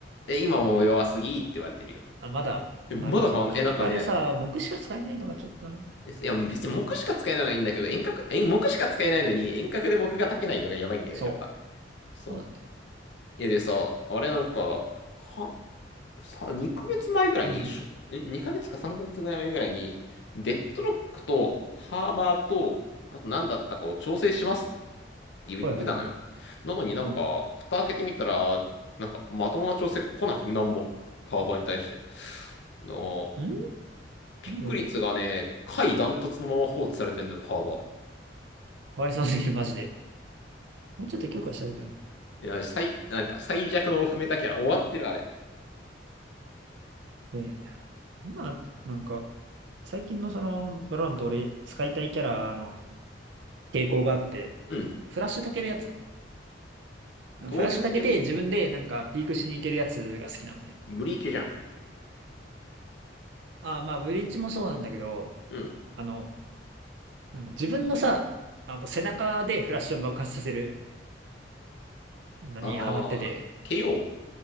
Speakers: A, on the left; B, on the right.
A: え、今もう弱すぎって言われてるよ。
B: あ、まだ、
A: え、
B: まあでもその結局あれさ、
A: まだか、え、なんかね、
B: 木しか使えないのがちょっとな。
A: えいや、別に木しか使えないのはいいんだけど、遠隔、え、木しか使えないのに、遠隔で木が炊けないのがやばいんだよね、
B: そう。
A: やっぱ。そう。
B: そうなんだよ。
A: え、でさ、あれなんか、は、さ、2ヶ月前ぐらいに、
B: うん。
A: しょ、にかげつかさん ?2 ヶ月か3ヶ月前ぐらいに、デッドロックとハーバーと、あと何だったかを調整しますって言ってたのよ。
B: はいはいはい。
A: なのになんか、
B: うん。
A: 蓋開けてみたら、なんか、まともな調整来なくて、なんも。ハーバーに対して。の、
B: ん
A: ピック率がね、
B: も、
A: 下位ダントツのまま放置されてんのよ、ハーバー。
B: かわいそうすぎる、マジで。もうちょっと強化したいと思う。
A: いや、最、なんか最弱のオフメタキャラ終わってるあれ。
B: で今、なんか、最近のその、バロラント俺、使いたいキャラの傾向があって、
A: うん。
B: フラッシュたけるやつ。フラッシュたけて自分でなんかピークしに行けるやつが好きなのね。
A: どういう系のブリーチじゃん。
B: ああ、まあ、ブリーチもそうなんだけど、
A: うん。
B: あの、なんだ自分のさ、あの、背中でフラッシュを爆発させる。のにハマってて。
A: あー、KO